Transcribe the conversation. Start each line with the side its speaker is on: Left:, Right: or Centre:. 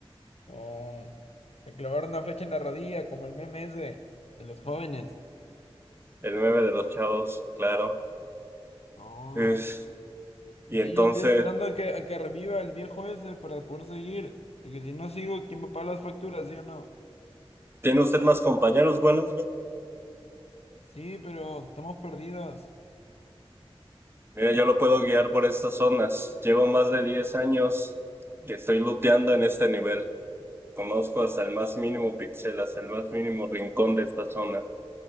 Left: Oh, le clavaron una flecha en la rodilla, como el meme ese de los jóvenes.
Right: el nueve de los chavos, claro.
Left: Oh,
Right: Es- Y
Left: sí,
Right: entonces,
Left: yo estoy esperando a que, a que reviva el viejo ese para poder seguir. Porque si no sigo, ¿quién va a pagar las facturas, sí o no?
Right: ¿tiene usted más compañeros? Bueno,
Left: Sí, pero estamos perdidos.
Right: mira, yo lo puedo guiar por estas zonas. Llevo más de 10 años que estoy luteando en este nivel. Conozco
Left: Oh,
Right: hasta el más mínimo píxel, hasta el más mínimo rincón de esta zona.